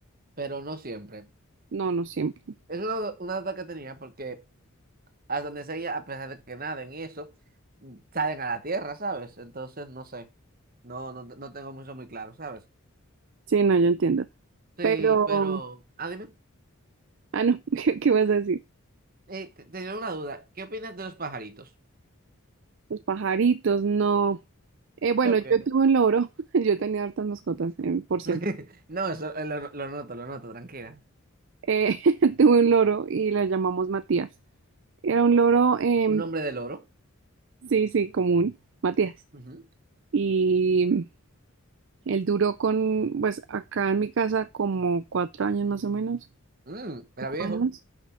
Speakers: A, on the right; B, on the right.
A: Pero no siempre.
B: No, no siempre.
A: Es una, una duda que tenía porque a donde sea, a pesar de que naden y eso, mm, salen a la tierra, ¿sabes? Entonces, no sé. No, no, no tengo mucho muy claro, ¿sabes?
B: Sí, no, yo entiendo.
A: Sí,
B: Pero,
A: pero, ah, dime,
B: ah, no, <laughs> ¿qué, qué vas a decir?
A: eh, te- tenía una duda. ¿Qué opinas de los pajaritos?
B: Los pajaritos, no. Eh, bueno,
A: ¿Por
B: yo
A: qué?
B: tuve un loro, <laughs> yo tenía hartas mascotas, eh, por cierto.
A: <laughs> No, eso eh, lo, lo noto, lo noto, tranquila.
B: Eh, <laughs> tuve un loro y lo llamamos Matías. Era un loro, eh,
A: Un hombre del oro.
B: sí, sí, común, Matías.
A: Ujú.
B: Y él duró con, pues acá en mi casa como cuatro años más o menos,
A: Mm, era
B: cinco
A: viejo.
B: años.